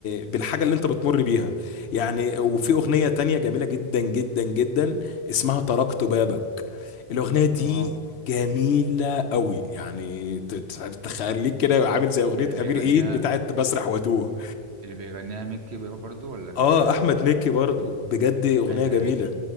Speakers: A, on the left; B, on the right.
A: بالحاجه اللي انت بتمر بيها يعني
B: بالظبط
A: وفي اغنيه تانية جميله جدا جدا جدا اسمها تركت بابك الأغنية دي
B: اه
A: جميلة قوي يعني ت- ت- تخليك كده عامل زي أغنية
B: اللي بيغنيها
A: أمير عيد بتاعت بسرح واتوه
B: اللي بيغنيها ميكي برضو ولا كانت
A: اه
B: حد
A: أحمد
B: تاني
A: مكي برضو بجد أغنية
B: سمعتهاش
A: جميلة